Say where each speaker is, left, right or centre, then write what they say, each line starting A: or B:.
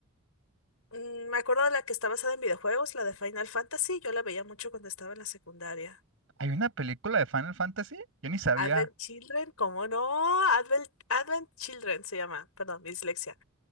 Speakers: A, on the left; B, on the right.
A: Mm, me acuerdo de la que está basada en videojuegos, la de Final Fantasy, yo la veía mucho cuando estaba en la secundaria.
B: Hay una película de Final Fantasy. Yo ni sabía
A: Advent Children, ¿cómo no? Advent, Advent Children se llama, perdón, mi dislexia.